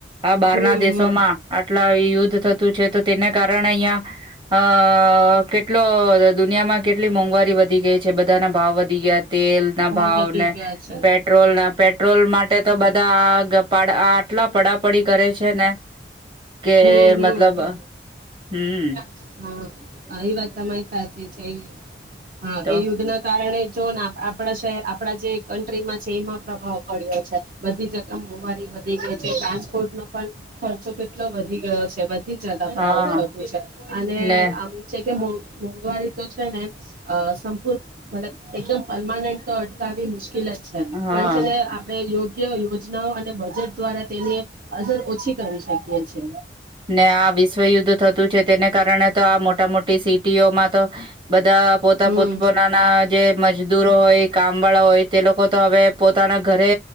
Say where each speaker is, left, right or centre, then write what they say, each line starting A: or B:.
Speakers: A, on the right; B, on the right.
A: આ બહાર
B: હમ
A: ના દેશોમાં
B: હમ
A: આટલા યુદ્ધ થત થતું છે તો તેના કારણે અહિયાયા અ કેટલો દુનિયામાં કેટલી મોંઘવારી વધી ગઈ છે બધાના ભાવ વધી ગયા. તેલ ના
B: ભાવ
A: ભાવને
B: વધી ગયા છે
A: પેટ્રોલ ના પેટ્રોલ માટે તો બધા ગ પાડ આઠ કેટલા પડાપડી કરે છે ને કે
B: હમ
A: મતલબ
B: હમ
A: હમમ
B: <inaudible> હા એ વાત તમારી સાચી છે. હા
A: તો
B: એ યુદ્ધ ના કારણે જ જોને આપણા શહેર આપણા જે કન્ટ્રીમાં છે એમાં પ્રભાવ પડ્યો છે. બધી જગયા મોંઘવારી વધી ગઈ છે. મમ્મી ટ્રાન્સપોર્ટ નો પણ ખર્ચો કેટલો વધી ગયો છે. બધી જતા
A: હા
B: પર આવું થતું છે. અને
A: ને
B: આવું છે મોંઘવારી તો છે ને અ સંપૂર્ મતલબ એકદમ પરમનન્ટ તો અટકાવી મુશ્કેલ જ છે એમ
A: હા
B: પણ છે ને આપડે યોગ આ યોજનાઓ અને બજેટ દ્વારા તેની અસર ઓછી કરી શકીએ છે.
A: ને આ વિશ્વયુદ્ધ થતું છે તેને કારણે તો આ મોટા મોટી સિટીઓમાં તો બધ બધા પોતા
B: હમ
A: પોત પોતાના જે મજદૂરો હોય કામ વાળા હોય તે લોકો તો હવે પોતાના ઘરે